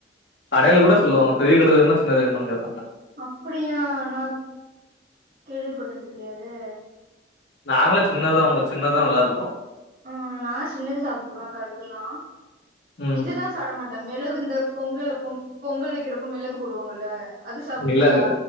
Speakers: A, on the left; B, on the right.
A: கடையில கூட சொல்லுவாங்க பெரிய கடுகு வேணுமா சின்னது வேனுமானு கேப்
B: அப்டியா நா கேள்விப்பட்டது கெடையாதே
A: நாங்களு சின்னதா வாங்வோ சின்னதா நல்லா இருக்கு
B: ஆ நா சின்னது சாப்ட்டுருவே கடுகுலா
A: ம்
B: இதுதா சாப்பிட மாட் இந்த மெளகு இந்த பொங்கல பொங் பொங்கல் வைக்கிறப்போ மெளகு போடுவாங்கல்ல அது சாப்டுவியா
A: மிளகு